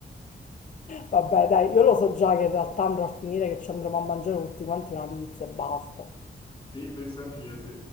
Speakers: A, on the left; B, on the left.
A: Vabbè, dai, io lo so già che in realtà andrò a finire che ci andremo a mangiare tutti quanti una pizza e basta.
B: Sì, penso anch'io, sì.